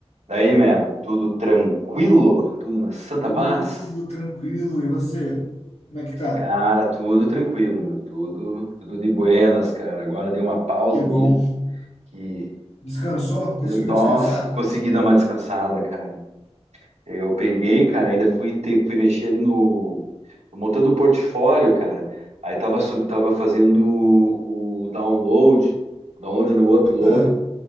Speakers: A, on the right; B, on the left.
A: Daí, man, tudo tranquilo? Tudo na santa
B: Tudo
A: paz?
B: tranquilo. E você? Como é que tá?
A: Cara, tudo tranquilo, meu, tudo, tudo de buenas, cara. Agora dei uma pausa
B: Que bom.
A: ali que
B: Descansou? Conseguiu
A: nossa,
B: descansar?
A: consegui dar uma descansada, cara. Eu peguei, cara, ainda fui, te- fui mexer ali no montando o portfólio, cara. Aí tava sub, tava fazendo o, o download, download no upload
B: Ah,